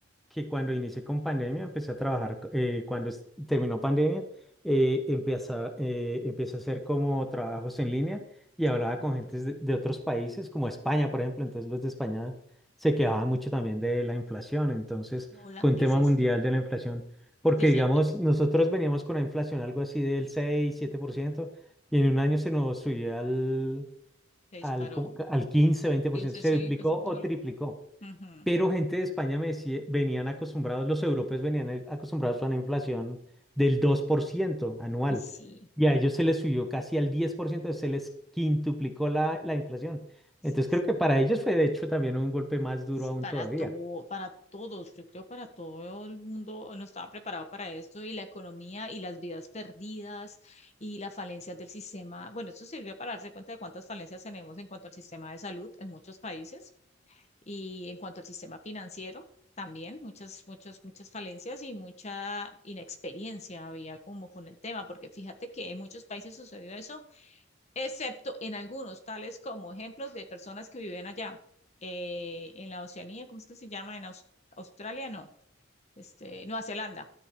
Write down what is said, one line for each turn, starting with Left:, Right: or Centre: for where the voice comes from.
Centre: que cuando inicié con pandemia, empecé a trabajar, co- eh, cuando es- terminó pandemia, eh, empecé, a- eh, empecé a hacer como trabajos en línea y
Left: se
Centre: hablaba
Left: dio remoto.
Centre: con gentes de, de otros países, como España, por ejemplo, entonces los de España se quejaban mucho también de la inflación, entonces
Left: No,
Centre: fue
Left: la crisis,
Centre: un tema mundial de la inflación, porque
Left: sí, eso
Centre: digamos,
Left: eh,
Centre: nosotros veníamos con una inflación algo así del seis siete por ciento y en un año se nos subió al
Left: se disparó,
Centre: al, como que al quince, veinte por
Left: 15,
Centre: ciento se
Left: sí,
Centre: duplicó
Left: casi el
Centre: o
Left: doble.
Centre: triplicó.
Left: Ujú.
Centre: Pero gente de España me decía, venían acostumbrados, los europeos venían eh, acostumbrados a una inflación del 2% anual
Left: Y sí,
Centre: y a ellos se les subió casi al diez por ciento se les quintuplicó la, la inflación.
Left: sí,
Centre: Entonces creo que para ellos fue de hecho también un golpe más duro
Left: Sí,
Centre: aún
Left: para
Centre: todavía
Left: todo, para todos, yo creo para todo el mundo no estaba preparado para esto y la economía y las vidas perdidas y las falencias del sistema. Bueno, esto sirvió para darse cuenta de cuántas falencias tenemos en cuanto al sistema de salud en muchos países y en cuanto al sistema financiero también, muchas, muchas, muchas falencias y mucha inexperiencia había como con el tema, porque fíjate que en muchos países sucedió eso excepto en algunos, tales como ejemplos de personas que viven allá, eh, en la Oceanía, ¿cómo es que se llama? En Aus- Australia, no, este, Nueva Zelanda.